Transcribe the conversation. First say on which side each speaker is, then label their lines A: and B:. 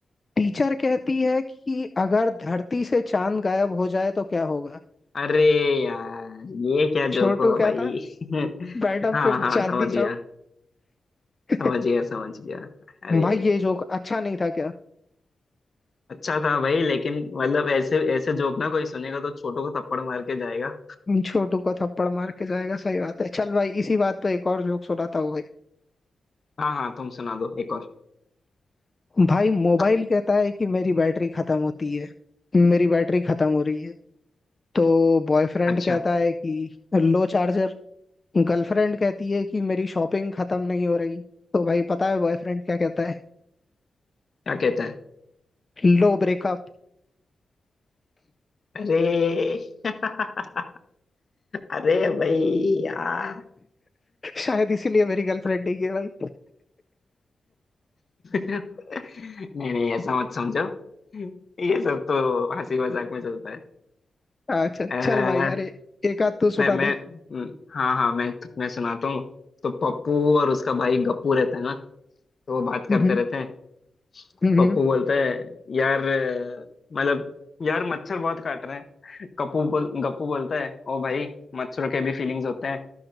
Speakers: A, on the left; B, on the left.
A: टीचर कहती है कि अगर धरती से चांद गायब हो जाए तो क्या होगा
B: अरे यार ये क्या
A: छोटू
B: जोक हुआ
A: कहता
B: भाई
A: है
B: <laughs>
A: मैडम
B: हाँ
A: फिर
B: हाँ
A: चांदनी
B: समझ गया
A: चौक <laughs>
B: समझ गया समझ गया अरे
A: भाई ये जोक अच्छा नहीं था क्या
B: अच्छा था भाई लेकिन मतलब ऐसे ऐसे जोक ना कोई सुनेगा तो छोटों को थप्पड़ मार के जाएगा
A: छोटू को थप्पड़ मार के जाएगा सही बात है चल भाई इसी बात पे एक और जोक सुनाता हूँ भाई
B: हाँ हाँ तुम सुना दो एक और
A: भाई मोबाइल कहता है कि मेरी बैटरी खत्म होती है मेरी बैटरी खत्म हो रही है तो बॉयफ्रेंड
B: अच्छा
A: कहता है कि लो चार्जर गर्लफ्रेंड कहती है कि मेरी शॉपिंग खत्म नहीं हो रही तो भाई पता है बॉयफ्रेंड क्या कहता है
B: क्या कहता है
A: लो ब्रेकअप
B: अरे <laughs> अरे भाई यार
A: शायद इसीलिए मेरी गर्लफ्रेंड नहीं है भाई
B: <laughs> नहीं नहीं ऐसा मत समझो ये सब तो हंसी मजाक में चलता
A: अच्छा
B: है
A: चल भाई अरे एक आध तू सुना
B: मैं मैं
A: दे
B: हम्म, हाँ हाँ मैं मैं सुनाता हूँ तो पप्पू और उसका भाई गप्पू रहता है ना तो वो बात
A: हम्म,
B: करते रहते हैं
A: हम्म,
B: पप्पू बोलता है यार अ, मतलब यार मच्छर बहुत काट रहे हैं <laughs> कप्पू बोल गप्पू बोलता है ओ भाई मच्छरों के भी फीलिंग्स होते हैं